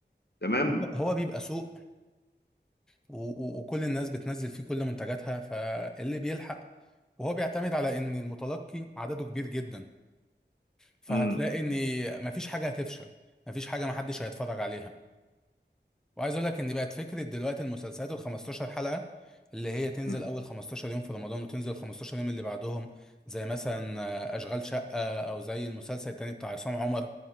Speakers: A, on the left; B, in the centre.
A: تمام
B: هو هو بيبقى سوء و- و- وكل الناس بتنزل فيه كل منتجاتها فاللي بيلحق وهو بيعتمد على ان المتلقي عدده كبير جدا فهتلاقي
A: مم.
B: ان
A: مم.
B: مفيش حاجه هتفشل مفيش حاجه محدش هيتفرج عليها وعايز اقول لك ان بقت فكره دلوقتي المسلسلات ال 15 حلقه اللي هي تنزل
A: مم.
B: اول 15 يوم في رمضان وتنزل 15 يوم اللي بعدهم زي مثلا آه، اشغال شقه او زي المسلسل التاني بتاع عصام عمر